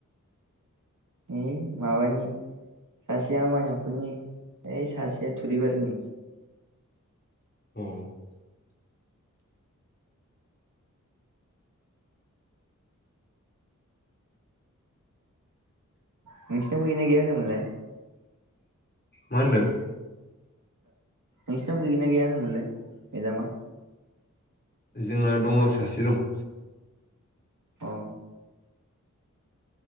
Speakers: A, on the right (about 75°); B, on the left (about 35°).
A: ओइ माबानि सासेया माइनावफोरनि ओइ सासेया थुरिबारिनि
B: औ
A: नोंसिना गैगोना गैया होनदोंमोनलाय?
B: मा होनदों?
A: नोंसिनाव गैगोनना गैयानोमोनलाय मेदामा?
B: जोंना दङ सासे दं।
A: औ